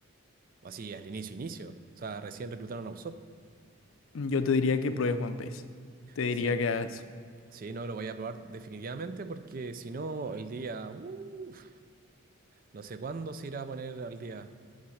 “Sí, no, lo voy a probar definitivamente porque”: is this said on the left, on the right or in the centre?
Right